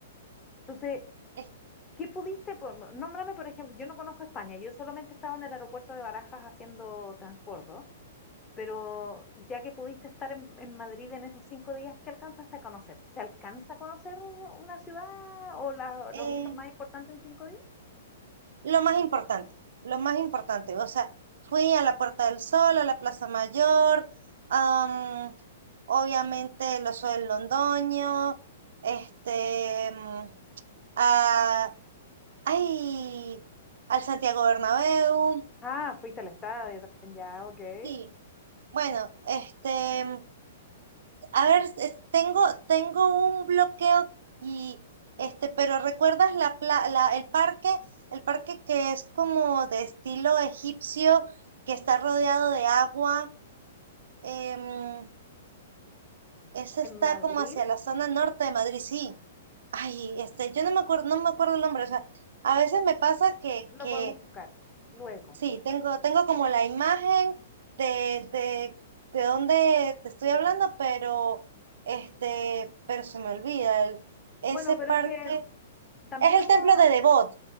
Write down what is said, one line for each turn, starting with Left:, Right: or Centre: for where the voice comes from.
Left: Entonces,
Right: es
Left: ¿qué pudiste? Por, nómbrame, por ejemplo, yo no conozco España, yo solamente estaba en el aeropuerto de Barajas haciendo transbordo, pero ya que pudiste estar en, en Madrid en esos cinco días, ¿qué alcanzaste a conocer? ¿Se alcanza a conocer una ciudad o la-
Right: eh,
Left: los hitos más importantes en cinco días?
Right: lo más importante, lo más importante, o sea, fui a la Puerta del Sol, a la Plaza Mayor, am, obviamente el Oso del Londoño, este, mm, a, ay, al Santiago Bernabéu,
Left: Ah, fuiste al estadio también, ya, ok.
Right: sí, bueno, este, A ver, es- tengo, tengo un bloqueo y este, pero ¿recuerdas la, pla- la- el parque? El parque que es como de estilo egipcio, que está rodeado de agua. em, ese
Left: En
Right: está
Left: Madrid
Right: como hacia la zona norte de Madrid, sí. Ay, este, yo no me acuerdo, no me acuerdo el nombre. O sea, a veces me pasa que,
Left: lo
Right: que
Left: podemos buscar luego.
Right: Sí, tengo, tengo como la imagen de, de, de dónde te estoy hablando, pero este, pero se me olvida. el- ese
Left: Bueno, pero
Right: parque
Left: es que también
Right: es el
Left: uno,
Right: templo de Devot,